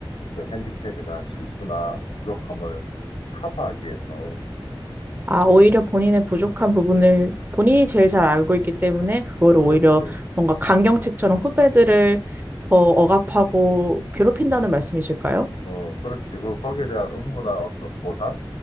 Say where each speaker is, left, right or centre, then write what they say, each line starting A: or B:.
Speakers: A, on the left; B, on the right.
A: 그 핸디캡이나 실수나 부족함을 커버하기 위해서.
B: 아, 오히려 본인의 부족한 부분을 본인이 제일 잘 알고 있기 때문에 그거를
A: 그렇지.
B: 오히려 뭔가 강경책처럼 후배들을 더 억압하고 괴롭힌다는 말씀이실까요?
A: 어, 그렇지. 그 거기에 대한 응모나 어떤 보상?